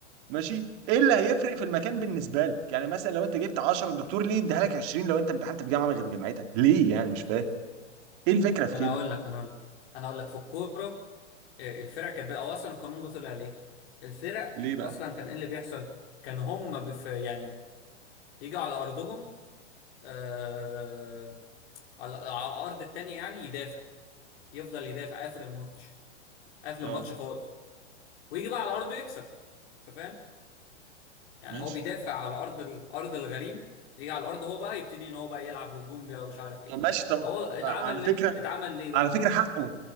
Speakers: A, on the right (about 45°); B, on the left (about 55°).
A: ماشي ايه اللي هيفرق في المكان بالنسبه لك يعني مثلا لو انت جبت 10 الدكتور ليه يديها لك 20 لو انت امتحنت في جامعه غير جامعتك ليه يعني مش فاهم ايه الفكره في
B: ما انا
A: كده
B: اقول لك انا اقول لك انا اقول لك في الكورة آه، الفرق كانت بقى هو اصلا القانون ده طلع ليه الفرق
A: ليه بقى
B: اصلا كان ايه اللي بيحصل كان هم بف يعني يجوا على ارضهم آه على على ارض التانية يعني يدافع يفضل يدافع قافل الماتش قافل
A: اه
B: الماتش خالص ويجي بقى على ارضه يكسب انت فاهم يعني
A: ماشي
B: هو بيدافع على ارض الارض الغريم يجي على الارض هو بقى يبتدي ان هو بقى يلعب هجومي بقى ومش عارف ايه
A: طب ماشي طب
B: فهو اتعمل
A: ما- على فكره
B: ليه اتعمل ليه بقى
A: على فكره حقه